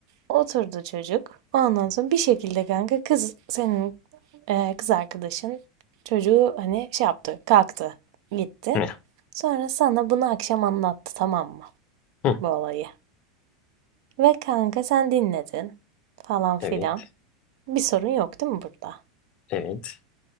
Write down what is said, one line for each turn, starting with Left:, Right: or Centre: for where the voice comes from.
Right: oturdu çocuk. Ondan sonra bir şekilde kanka kız senin e, kız arkadaşın çocuğu hani şey yaptı, kalktı, gitti.
Left: Ne?
Right: Sonra sana bunu akşam anlattı tamam mı?
Left: Hı,
Right: Bu olayı. Ve kanka sen dinledin falan filan.
Left: evet
Right: Bir sorun yok değil mi burada?
Left: evet.